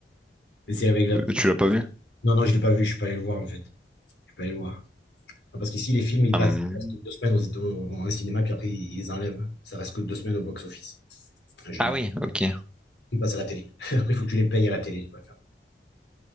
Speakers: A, on the left; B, in the centre.
A: Mais c'est avec la.
B: Tu l'as pas vu?
A: Non, non, je l'ai pas vu, je suis pas allé le voir en fait. Je suis pas allé le voir. Enfin, Parce qu'ici, les films, ils
B: Hum.
A: passent, ils restent deux semaines aux, au- au cinéma, puis après, ils les enlèvent. Ça reste que deux semaines au box-office. En général,
B: Ah oui, ok.
A: ils passent à la télé. <laughs> Après, il faut que tu les payes à la télé, tu vas faire.